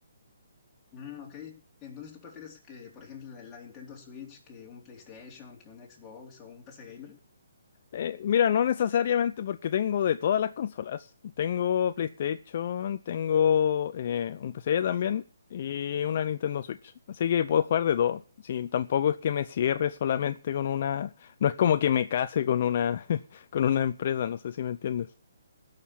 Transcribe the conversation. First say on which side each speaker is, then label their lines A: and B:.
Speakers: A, on the left; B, on the left.
A: Mm, ok. Entonces, ¿tú prefieres que, por ejemplo, la, la Nintendo Switch, que un PlayStation, que un Xbox o un PC Gamer?
B: Eh, mira, no necesariamente porque tengo de todas las consolas. Tengo PlayStation, tengo eh, un PC también y una Nintendo Switch. Así que puedo jugar de todo. Sí, tampoco es que me cierre solamente con una... No es como que me case con una, <laughs> con una empresa, no sé si me entiendes.